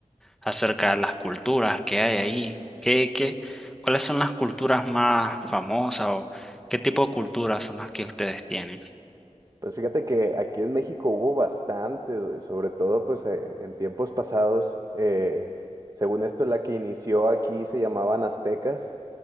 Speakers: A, in the centre; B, on the right.
A: acerca de las culturas que hay ahí. ¿Qué, qué, cuáles son las culturas más famosas o qué tipo de culturas son las que ustedes tienen?
B: Pues fíjate que aquí en México hubo bastantes, güey, sobre todo pues eh, en tiempos pasados, eh, según esto la que inició aquí se llamaban aztecas,